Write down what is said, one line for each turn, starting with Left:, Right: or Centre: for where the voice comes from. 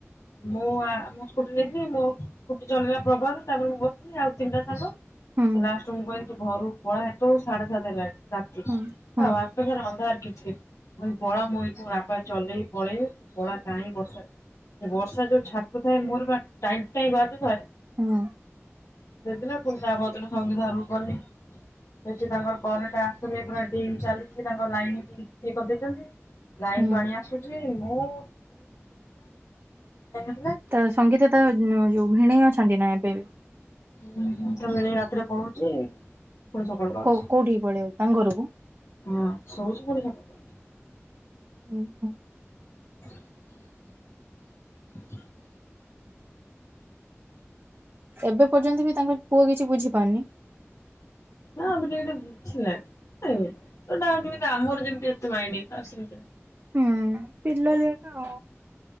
Left: ମୁଁ ଆ ମୁଁ ସ୍କୁଟି ନେଇଥିବି ମୁଁ ଗୋଟେ ଚଲିଲା ପ୍ରଭାତ ତାପରେ ମୁଁ ବସିିଥିନୀ ଆଉ ତିନିଟା ସାଙ୍ଗ
Right: ହୁଁ
Left: ସେ ଲଷ୍ଟ ମୋବାଇଲ ତୁ ଘରୁ ପଳା ଏଠୁ ସାଢ଼େ ସାତ ହେଲାନି ଆଉ
Right: ହୁଁ ହୁଁ
Left: ବାଟ ସାରା ଅନ୍ଧାର ମୁଁ କହିନି ପଳା ମୁ ଏଇଠୁ ରାପା ଚଲେଇ ପଳେଇବି ପଳା କାହିଁକି ବର୍ଷା ସେ ବର୍ଷା ଯୋଗୁଁ <unintelligible> ମୋର ଟାଇମ ଟାଇମ ବାଯୁଥାଏ
Right: ହୁଁ
Left: ସେଦିନ ପୁଣି ତା ଆରଦିନ ସଙ୍ଗୀତା ଘରକୁ ଗନି ସେଠି ତାଙ୍କର କରେଣ୍ଟ - ତମେ ପୁରା ଡିମ୍ ଚାଲିଛି ତାଙ୍କର ଲାଇନ ଇଏ କରିଦେଇଛନ୍ତି ଲାଇନ୍
Right: ହୁଁ
Left: ପାଣି ଆସୁଛି। ମୁଁ <unintelligible>
Right: ତ ସଙ୍ଗୀତ ତା ଯୋଉ ଭିଣେଇ ଅଛି। ଛନ୍ତି ନା ଏବେ।
Left: ହୁଁ ତା ଭିଣେଇ ରାତିରେ ପଳଉଛି। ପୁଣି ସକାଳକୁ ଆଉଛି।
Right: କୋଉ କୋଉଠି ପଳେଇ ଆଉ? ତାଙ୍କ ଘର କୁ।
Left: ହଁ ଶଉଛି ଫୁଣି <unintelligible>
Right: ଓହୋ
Left: <inaudible>
Right: ଏବେ ପର୍ଯ୍ୟନ୍ତ ବି ତାଙ୍କ ପୁଅ କିଛି ବୁଝି ପାରୁନି।
Left: ହଁ ଏବେ ଟିକେ ଟିକେ ବୁଝିଲାଣି। <unintelligible> ତ ନାଁ ଯେମିତି ଆମର ଯେମିତି ଅଛି। ତମାଇଡି ଆଉ ସେଇଟା
Right: ହୁଁ ପିଲାଳିଆ ତ